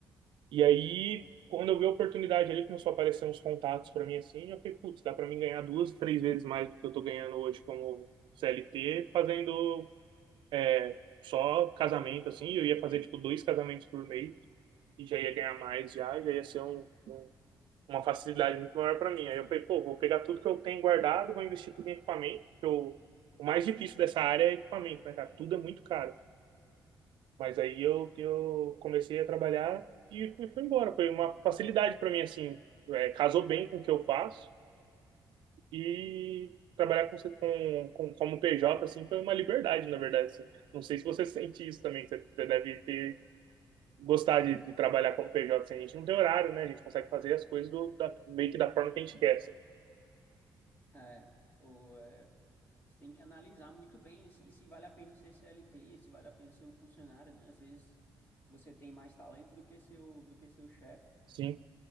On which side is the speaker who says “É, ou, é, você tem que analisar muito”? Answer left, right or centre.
Left